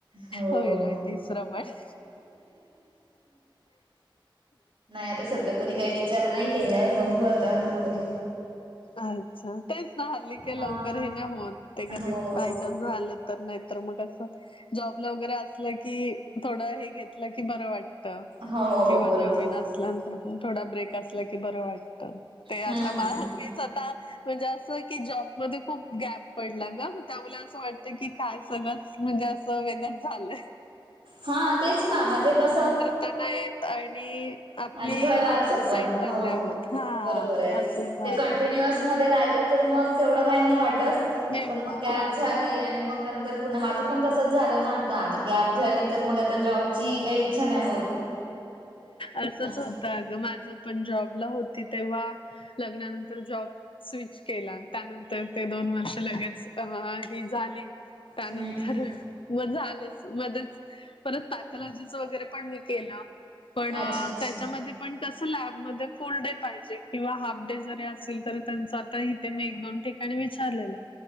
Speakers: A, on the right (about 75°); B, on the left (about 75°).
A: हो
B: होईल होईल तिसरं पण. <inaudible>
A: नाही आता सध्या तरी काही विचार नाही केलाय बघू आता पुढे.
B: अच्छा तेच ना हल्ली का
A: हा
B: लवकर हे नाही होत ते कधी
A: हो
B: बायचान्स झालं तर नाही तर मग अस जॉबला वगरे असलं की थोड हे घेतलं की बर वाट त
A: हो
B: किंवा
A: बरोबर
B: नवीन
A: आहे
B: अस ल्यानंतर पण थोडा ब्रेक असला की बरं वाटत ते आता
A: हम्म
B: मी स्वतः म्हणजे असं की जॉबमध्ये खूप गॅप पडला ग त्यामुळे असं वाटतं की काय सगळं म्हणजे असं वेगंच झालंय.
A: हा तेच ना म्हणजे कसं
B: त नाय येत आणि आपली
A: आणि घराचं
B: आपण आपण
A: पण
B: सेटल
A: हो
B: नाही होत.
A: बरोबर आहे
B: असं झालंय.
A: ते कंटिन्युअस मध्ये राहिलं तर मग तेवढं काही नाही वाटत.
B: एवढं
A: पण मग गॅप
B: हो
A: झाली आणि मग नंतर पुन्हा माझ पण तसच झालं ना आता आता गॅप झाली तर मग आता जॉबची काही इच्छा नाही होत.
B: असंच
A: असं
B: होत अग माझ पण जॉबला होती तेव्हा लग्नानंतर जॉब स्विच केला त्यानंतर ते दोन वर्ष लगेच अ ही झाली त्यानंतर
A: हम्म
B: म झालच मध्येच परत पॅथॉलॉजीच वगैरे पण मी केलं. पण
A: अच्छा अच्छा
B: त्याच्यामध्ये पण कस लॅब मध्ये फुल डे पाहिजे किंवा हाफ डे जरी असेल तर त्यांचा तरी तेे मी एक दोन ठिकाणी विचारलेलं